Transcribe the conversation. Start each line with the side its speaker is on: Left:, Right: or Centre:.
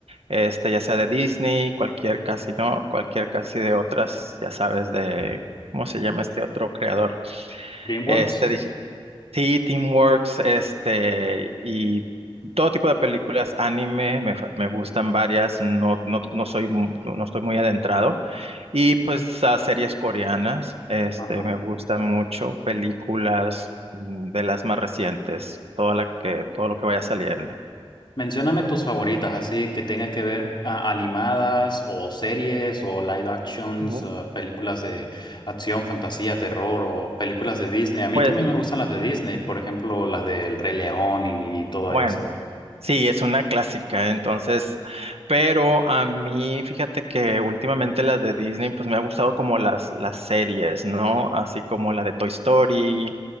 Right: este, ya sea de Disney, cualquier casi, ¿no? Cualquier casi de otras, ya sabes, de, ¿cómo se llama este otro creador?
Left: DreamWorks.
Right: Este, dije, sí, Teamworks, este, y todo tipo de películas, anime, me, fa- me gustan varias, no, no, no soy, mu- no estoy muy adentrado y pues a series coreanas, este,
Left: Ajá.
Right: me gustan mucho, películas mm, de las más recientes, toda la que, todo lo que vaya saliendo.
Left: Mencióname tus favoritas, así que tengan que ver a- animadas o series o live actions,
Right: Bu-
Left: uh, películas de acción, fantasía, terror o películas de Disney. A mí
Right: Pues
Left: también me gustan las de Disney, por ejemplo, las del Rey León y, todo
Right: bueno,
Left: eso.
Right: sí, es una clásica, entonces, pero a mí, fíjate que últimamente las de Disney, pues me ha gustado como las, las series, ¿no? Así como la de Toy Story,